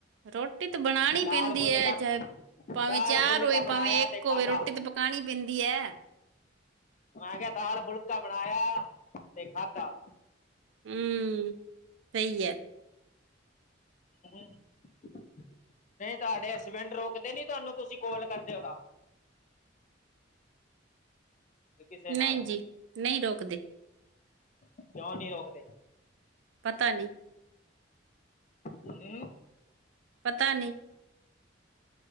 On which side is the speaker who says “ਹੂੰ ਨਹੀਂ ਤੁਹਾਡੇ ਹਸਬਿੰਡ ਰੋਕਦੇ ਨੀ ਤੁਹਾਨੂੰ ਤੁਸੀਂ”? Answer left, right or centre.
Left